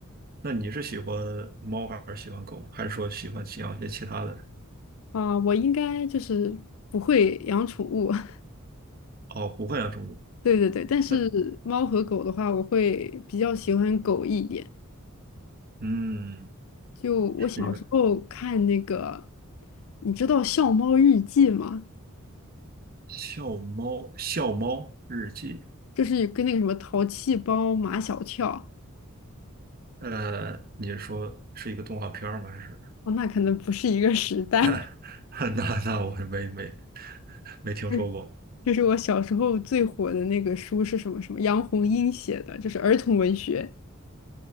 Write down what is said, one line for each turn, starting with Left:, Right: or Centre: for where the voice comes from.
Right: 那你是喜欢猫还是喜欢狗，还是说喜欢养一些其他的？
Left: 啊，我应该就是不会养宠物，<laughs>
Right: 哦，不会养宠物。
Left: 对对对，但是猫和狗的话，
Right: 那
Left: 我会比较喜欢狗一点。
Right: 嗯。
Left: 就我小时候看那个，
Right: 是因为
Left: 你知道《笑猫日记》吗？
Right: 笑猫笑猫日记，
Left: 就是跟那个什么淘气包马小跳，
Right: 呃，你是说是一个动画片儿吗？还是？
Left: 哦，那可能不是一个时代。
Right: <laughs>
Left: <laughs>
Right: 那那我没没没听说过
Left: 嗯，就是我小时候最火的那个书是什么什么？杨红樱写的，就是儿童文学。